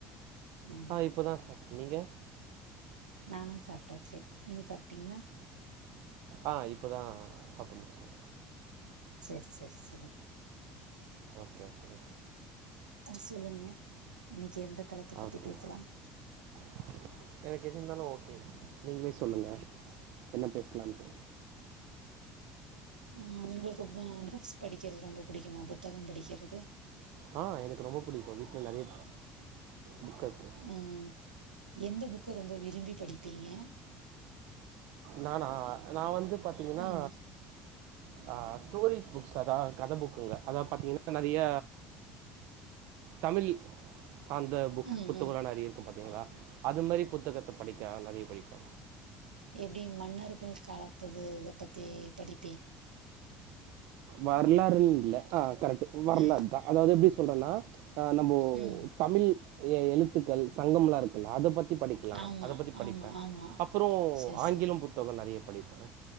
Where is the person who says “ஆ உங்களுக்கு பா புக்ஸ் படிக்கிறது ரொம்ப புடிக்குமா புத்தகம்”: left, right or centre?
Right